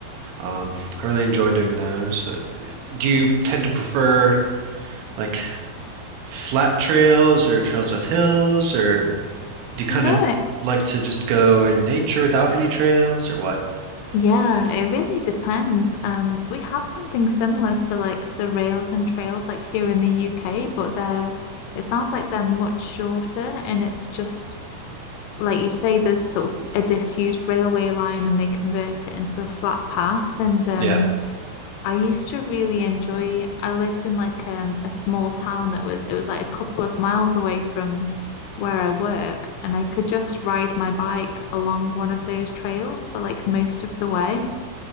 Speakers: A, on the right (about 75°); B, on the left (about 80°).
A: Um, I really enjoy doing those. Uh, Do you tend to prefer like flat trails or trails with hills, or do you kind
B: You know
A: of
B: it.
A: like to just go in nature without any trails or what?
B: Yeah, it really depends. Um, we have something similar to like the rails and trails like here in the UK, but they're it sounds like they're much shorter and it's just like you say, there's sort of a disused railway line and they convert it into a flat path. And um
A: Yeah.
B: I used to really enjoy I lived in like um a small town that was it was like a couple of miles away from where I worked and I could just ride my bike along one of those trails for like most of the way.